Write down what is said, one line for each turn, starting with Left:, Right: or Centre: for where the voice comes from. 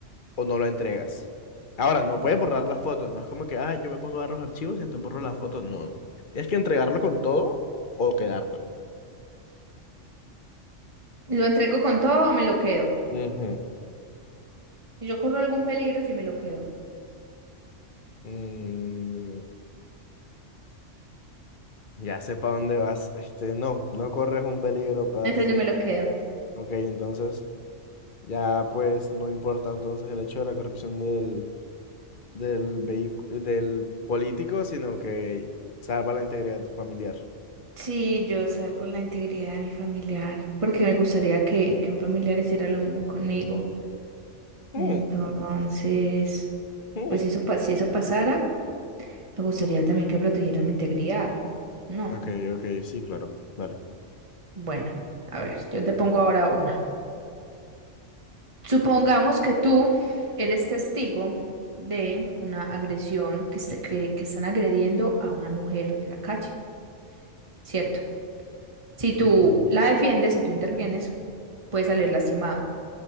Left: o no lo entregas? Ahora, no puedes borrar las fotos, no es como que, ah, yo me pongo a ver los archivos y entonces borro las fotos. No, no. Tienes que entregarlo con todo o quedártelo.
Right: ¿lo entrego con todo o me lo quedo?
Left: Ujú.
Right: Yo corro algún peligro si me lo quedo.
Left: Mm, ya sé para dónde vas. Este, no, no corres un peligro para
Right: Entonces
Left: decirte
Right: yo me lo
Left: lo que.
Right: quedo.
Left: Ok, entonces ya pues no importa entonces el hecho de la corrupción del del vehicu- del político, sino que salva la integridad familiar.
Right: Sí, yo salvo la integridad de mi familiar, porque me gustaría que, que un familiar hiciera lo mismo conmigo.
Left: Mm,
Right: Entonces,
Left: mm.
Right: pues si eso, pa- si eso pasara, me gustaría también que protegieran mi integridad. No.
Left: Ok, ok, sí, claro. Vale.
Right: Bueno, a ver, yo te pongo ahora una. Supongamos que tú eres testigo de una agresión que, este- que, que están agrediendo a una mujer en la calle, ¿cierto? Si tú
Left: Ujú.
Right: la defiendes, si tú intervienes, puedes salir lastimado.